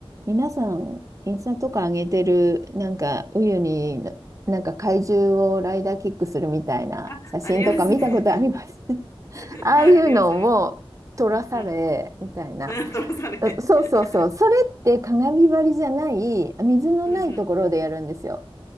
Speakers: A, on the right; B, on the left.
A: 皆さん、インスタとか上げてる、なんか、ウユニの、なんか怪獣をライダーキックするみたいな写真とか見たことあります。
B: あ、ありますね。<laughs>
A: <laughs> ああいうのを撮らされ、
B: はい、あります、あります。うんうん。
A: みたいな。
B: <laughs> トロサレ。
A: うそうそうそう。
B: <laughs>
A: それって鏡張りじゃない、水のないところでやるんですよ。
B: うんうん。